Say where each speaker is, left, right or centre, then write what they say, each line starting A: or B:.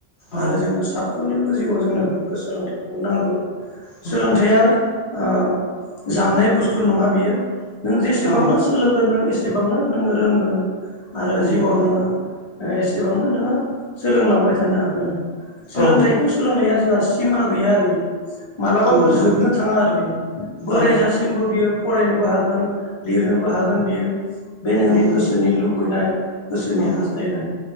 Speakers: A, on the left (about 35°); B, on the left (about 65°).
A: आरो
B: औ
A: जोंनो साफ्रोमनिबो जिउआव जोंनो गोग्गो सोलोंथाइखौ नांगौ।
B: नंगौ
A: सोलोंथाइया ओ जामनाय बुस्थु नङा बेयो नों जेसेबांनो
B: औ
A: सोलोंगोन नों एसेबांनो नोङो रोंगोन। आरो
B: नंगौ
A: जिउआव नोङो एसेबांनो नोङो सोलोंलांबाय थानो हागोन आरो। सोलोंथाइखौ
B: औ
A: सोलोंनाया जोंहा सिमा गैया आरो बेयो। मालाबाबो
B: नंगौ
A: जोबनो थाङा आरो बियो। बोरायजासिमबो
B: औ
A: बियो फरायनोबो हागोन लिरनोबो हागोन बियो बे नोंनि
B: नंगौ
A: गोसोनि लुबैनाय गोसोनि
B: औ
A: हास्थायनाय